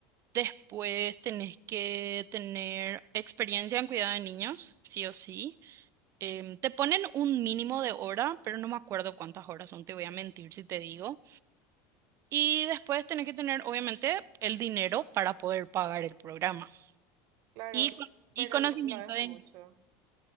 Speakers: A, on the right; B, on the right.
A: Después tenés que tener experiencia en cuidado de niños, sí o sí. Em, te ponen un mínimo de hora, pero no me acuerdo cuántas horas son, te voy a mentir si te digo. Y después tenés que tener, obviamente, el dinero para poder pagar el programa.
B: Claro,
A: Y, con- y
B: pero
A: conocimiento
B: no es mucho.
A: de